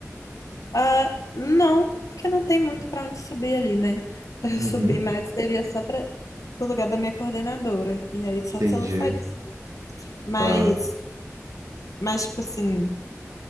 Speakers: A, on the left; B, on the right.
A: Ah, não, porque não tem muito pra onde subir ali, né? <laughs> Pra eu
B: Uhum.
A: subir mais seria só para pro lugar da minha coordenadora. E aí só
B: Entendi.
A: se ela saísse. Mas,
B: Tá.
A: mas, tipo assim.